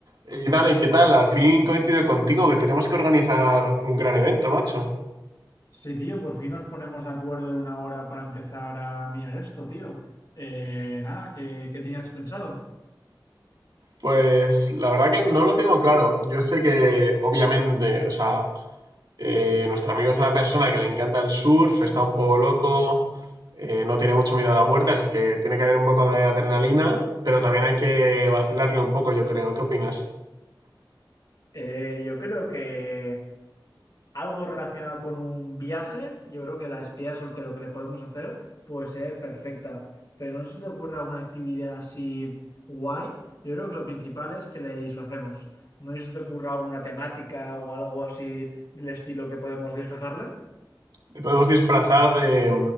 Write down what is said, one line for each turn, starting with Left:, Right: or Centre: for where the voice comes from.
Right: Y Dani, ¿qué tal? Al fin coincido contigo que tenemos que organizar un gran evento, macho.
Left: Sí, tío, por fin nos ponemos de acuerdo en una hora para empezar a mirar esto, tío. Eh, nada, ¿qué, qué tenías pensado?
Right: Pues la verdad que no lo tengo claro. Yo sé que, obviamente, o sea, eh, nuestro amigo es una persona que le encanta el surf, está un poco loco, eh, no tiene mucho miedo a la muerte, así que tiene que haber un poco de adrenalina, pero también hay que vacilarle un poco, yo creo. ¿Qué opinas?
Left: Eh, yo creo que algo relacionado con un viaje, yo creo que la despedida de soltero que le podemos hacer puede ser perfecta. Pero no sé si te ocurre alguna actividad así guay. Yo creo que lo principal es que le disfracemos. No sé si te ocurre alguna temática o algo así del estilo que podemos disfrazarle.
Right: Te podemos disfrazar de,